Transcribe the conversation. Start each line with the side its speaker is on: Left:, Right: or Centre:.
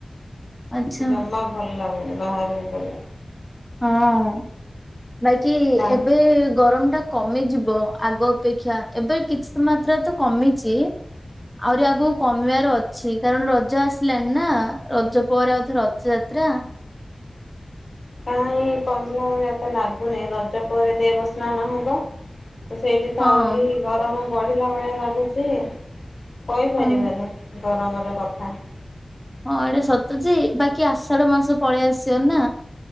Centre: ଆଚ୍ଛା
Left: ଜମା ଭଲ ଲାଗୁ ବାହାରକୁ ଗଲେ।
Centre: ହଁ । ନାଇଁ କି
Left: ନା
Centre: ଏବେ ଗରମ ଟା କମି ଯିବ। ହଁ ଆଗ ଅପେକ୍ଷା ଏବେ କିଛି ମାତ୍ରା ତ କମିଛି ଆହୁରି ଆଗକୁ କମିବାର ଅଛି କାରଣ ରଜ ଆସିଲାଣିି ନା ରଜ ପରେ ଆଉ ଥରେ ରଥଯାତ୍ରା।
Left: କାହିଁ କମିଲା ଭଳିଆ ଲାଗୁନି ରଜ ପରେ ଦେବ ସ୍ନାନ ହବ। ସେଇଠୁ ତ
Centre: ହଁ
Left: ଆହୁରି ଗରମ। ବଢିଲା ଭଳିଆ ଲାଗୁଛି। କହିପାରିବନି।
Centre: ହଁ
Left: ଗରମର କଥା।
Centre: ହଁ ଏଇଟା ସତ ଯେ ବାକି ଆଷାଢ ମାସ ପଳେଇ ଆସିବ ନା।